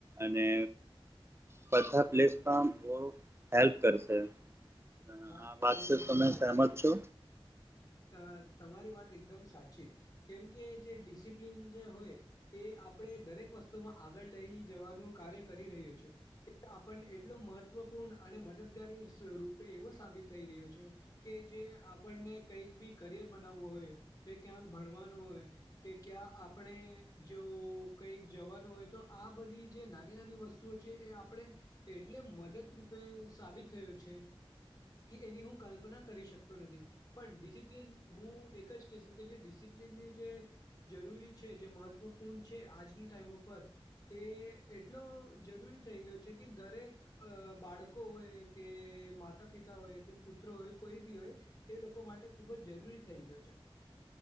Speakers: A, on the right; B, on the left.
A: અને પધા પ્લેસમાં આમ થોડુંક હેલ્પ કરશે. આ
B: હા
A: વાત
B: તમે
A: તો
B: એકદમ સાચી
A: સહેમત છો
B: ત તમારી વાત એકદમ સાચી. કેમ કે જે ડિસિપ્લિન જે હોય એ આપણે દરેક વસ્તુમાં આગળ લઈ જવાનું કાર્ય કરી રહ્યો છે. એ આપણને એટલો મહત્વપૂર્ણ અને મદદગારી સ્વરૂપ આપે એવો સાબિત થઈ રહ્યો છે. કે જે આપણને કઈક બી કરિયર બનાવવું હોય કે ક્યાંક ભણવાનું હોય. કે ક્યાં આપણે જો કઈક જવાનું હોય તો આ બધી જે નાની-નાની વસ્તુ તુઓ છે એ આપણે એટલે મદદરૂપે સાબિત થયો છે. કે એની હું કલ્પના કરી શકતો નથી. પણ ડિસિપ્લિન હું એક જ કહેશું કે જે ડિસિપ્લિનની જે જરૂરી છે. જે મહત્વપૂર્ણ છે આજની ટાઈમ ઉપર. એ એટલો જરૂરી થઈ ગયો છે કે દરેક અ બાળકો હોય કે માતા માતા પિતા હોય કે પુત્ર હોય કોઈ બી હોય એ લોકો માટે ખૂબ જ જરૂરી થઈ ગયો છે.